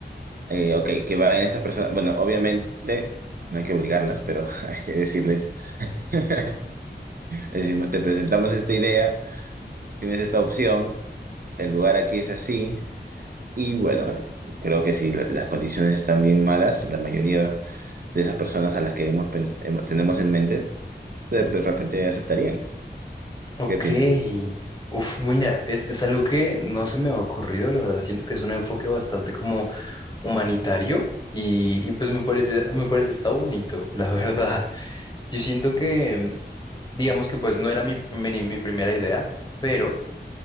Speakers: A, on the right; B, on the left.
A: Eh, ok, que vayan estas personas. Bueno, obviamente no hay que obligarlas, pero <laughs> hay que decirles. <laughs> Decimos, te presentamos esta idea, tienes esta opción, el lugar aquí es así, y bueno, creo que si la- las condiciones están bien malas, la mayoría de esas personas a las que hemos, pen- hemos- tenemos en mente, de de repente aceptarían.
B: Ok.
A: ¿Qué piensas?
B: Uf, mira, es, es algo que no se me ha ocurrido, la verdad. Siento que es un enfoque bastante como humanitario y, y pues me parece, me parece está bonito, la <laughs> verdad. Yo siento que, digamos que pues no era mi, mi, mi primera idea, pero